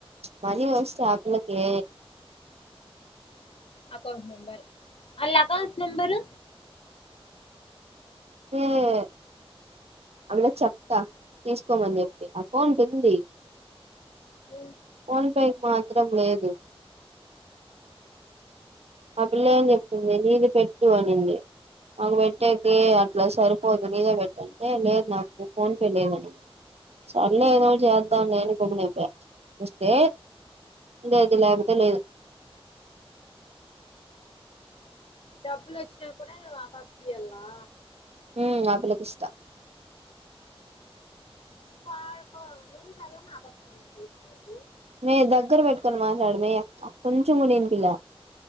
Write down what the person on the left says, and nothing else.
అకౌంట్ నంబరు అలా అకౌంట్ నంబరు
అ
డబ్బుల్ వచ్చినా కూడా వాపా ఫీలా
నువ్ ఆకో నువ్ తగ ఆభస తీర్కోడి